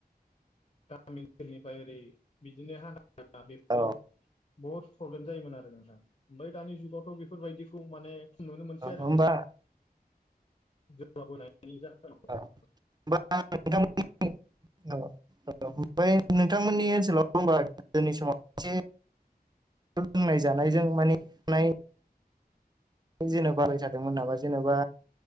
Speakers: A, on the left; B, on the right.
A: गामि ओनसोलनिफ्राय ओरै बिदिनो हा बेफोराव
B: औ
A: बहुद प्रब्लेम जायोमोन आरो नोंथां ओमफ्राय दानि जुगावथ' बेफोरबायदिखौ माने नुनो मोनसै आरो
B: होमबा
A: नोंथां जौगाबोनायनि जाहोनाव
B: <inaudible> औ औ ओमफ्राय नोंथांमोननि ओनसोलाव होनबा गोदोनि समाव एसे लोंनाय जानायजों माने नाय जेनेब बालायथादोंमोन नामा जेनेबा